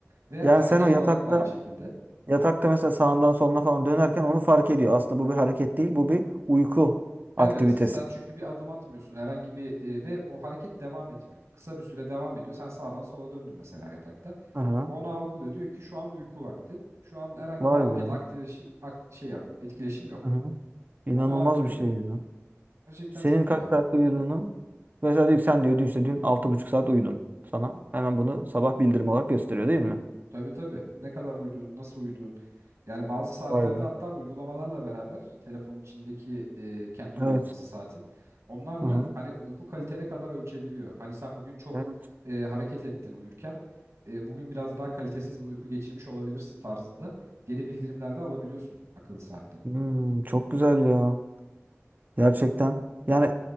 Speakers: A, on the right; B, on the right.
A: Ve
B: Yani
A: hareket
B: sen o yatakta
A: olarak da aynı şekilde.
B: Yatakta mesela sağından soluna falan dönerken onu fark ediyor. Aslında bu bir hareket değil, bu bir uyku aktivitesi.
A: Evet, sen çünkü bir adım atmıyorsun herhangi bir e, ve o hareket devam etmiyor. Kısa bir süre devam ediyor. Sen sağdan sola döndün mesela yatakta.
B: Aha.
A: onu algılıyor. Diyor ki şu an uyku vakti. Şu an herhangi
B: Vay
A: bir hareket
B: be.
A: aktileşim, ak- şey yap, etkileşim yok.
B: Aha. İnanılmaz
A: Onu anlıyor.
B: bir şey ya.
A: Gerçekten
B: Senin
A: çok
B: kaç
A: iyi abi.
B: saatte uyuduğunu mesela diyor ki sen diyor dün işte dün 6,5 saat uyudun. Sana hemen bunu sabah bildirim olarak gösteriyor değil mi?
A: Tabii tabii. Ne kadar uyuduğun, nasıl uyuduğun. Yani bazı saatlerde
B: Vay be.
A: hatta uygulamalarla beraber telefonun içindeki e, kendi uygulaması
B: Evet.
A: saatin onlarla
B: Aha.
A: hani uyku kalitene kadar ölçebiliyor. Hani sen bugün çok
B: Evet.
A: e, hareket ettin uyurken e, bugün biraz daha kalitesiz bir uyku geçirmiş olabilirsin tarzında geri bildirimlerde alabiliyorsun akıllı saatten.
B: Hmm, çok güzel ya. Gerçekten. Yani